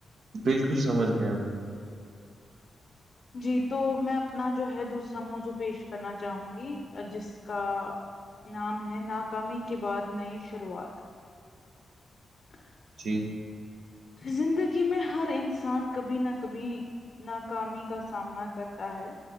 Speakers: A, on the right; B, on the left.
A: بالکل سمجھ گیا م میں
B: جی تو میں اپنا جو ہے دوسرا موضوع پیش کرنا چاہوں گی جس کا نام ہے ناکامی کے بعد نئی شروعات ہاں <unintelligible>
A: ٹھیک
B: زندگی میں ہر انسان کبھی نہ کبھی ناکامی کا سامنا کرتا ہے